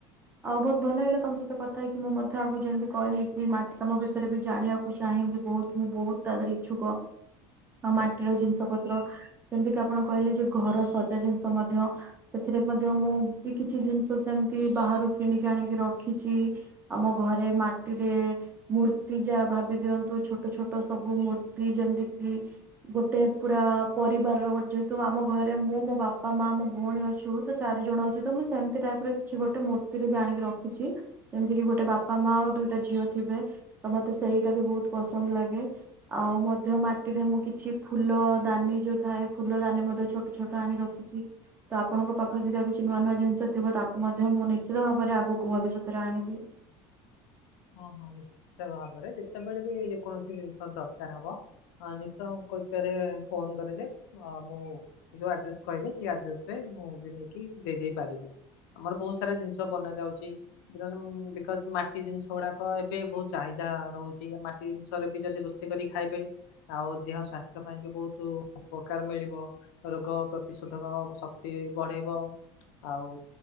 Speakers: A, on the right; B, on the left.
A: ଆଉ ବୋହୁତ୍ ଭଲ ଲାଗିଲା ତମ ସହିତ କଥା ହେଇକି ମୁ ମଧ୍ୟ ଆଗକୁ ଯେମିତି କହିଲି କି ମାଟି ତମ ବିଷୟରେ ବି ଜାଣିବାଉ କୁ ଚାହିଁବି ବୋହୁତ୍ ମୁଁ ବୋହୁତ୍ ତା ଦେହରେ ଇଛୁକ ଆ ମାଟିର ଜିନିଷ ପତ୍ର ଯେମିତି କିି ଆପଣ କହିଲେ ଯେ ଘର ସଜା ଜିନିଷ ମଧ୍ୟ ସେଥିରେ ମଧ୍ୟ ମୁଁ ବି କିଛି ଜିନ୍ଷ ସେମ୍ତି ବାହାରୁ କିଣିକି ଆଣିକି ରଖିଛି। ଆମ ଘରେ ମାଟିରେ ମୂର୍ତ୍ତି ଯାହା ଭାବି ଦିଅନ୍ତୁ ଛୋଟ ଛୋଟ ସବୁ ମୂର୍ତ୍ତି ଯେମିତି କିି ଗୋଟେ ପୁରା ପରିବାରର ଯେହେତୁ ଆମ ଘରେ ମୁଁ ମୋ ବାପା ମା ମୋ ଭଉଣୀ ଅଛୁ ତ ଚାରିଜଣ ଚୁ ତ ମୁଁ ସେମିତି ଟାଇପ ର କିଛି ଗୋଟେ ମୂର୍ତ୍ତିରେ ବି ଆଣିକି ରଖୁଛି ଯେମିତି ଗୋ ଟେ ବାପା ମା ଆଉ ଦୁଇଟା ଝିଅ ଥିବେ ତ ମତେ ସେଇଟା ବି ବୋହୁତ୍ ପସନ୍ଦ୍ ଲାଗେ। ଆଉ ମଧ୍ୟ ମାଟିରେ ମୁଁ କିଛି ଫୁଲ ଦାନି ଯୋଉ ଥାଏ ଫୁଲ ଦାନୀ ମଧ୍ୟ ଛୋ ଛୋଟ ଛୋଟ ଆଣି ରଖିଛି ତ ଆପଣଙ୍କ ପାଖରେ ଯଦି ଆଉ କି କିଛି ନୂଆ ନୂଆ ଜିନିଷ ଥିବ ତାକୁ ମଧ୍ୟ ମୁଁ ନିଶ୍ଚିତ ଭାବରେ ଆଗକୁ ଭବିଷ୍ୟତରେ ଆଣିବି।
B: ହଁ ହଁ ନିଶ୍ଚିତ ଭାବରେ ଯେତେବେଳେ ବି ଯେକୌଣସି ଜିନ୍ଷ ଦରକାର ହବ ହଁ ନିଶଙ୍କୋଚ ରେ ଫୋନ୍ କରିବି ଆ ମୁଁ ଯୋଉ ଆଡ୍ରେସ କହିବେ ସେଇ ଆଡ୍ରେସରେ ମୁଁ ବି ନେଇକି ଦେଇ ଦେଇ ପାରିବି। ଆମର ବୋହୁତ୍ ସାରା ଜିନ୍ଷ ବନା ଯାଉଛି ତେଣୁ ବିକଜ୍ ମାଟି ଜିନ୍ଷ ସେଉଡାକ ଏବେ ବୋହୁତ୍ ଚାହିଦା ରହୁଛି ମାଟି ଜିନ୍ଷରେ ବି ଯୋଦି ରୋଷେଇ କରି ଖାଇବେ ଆଉ ଦେହ ସ୍ଵାସ୍ଥ୍ୟ ପାଇଁ କି ବୋହୁତୁ ଉପକାର ମିଳିବ। ରୋଗ ପ୍ରତିଶୋଧକ ଶକ୍ତି ବଢେଇବ। ଆଉ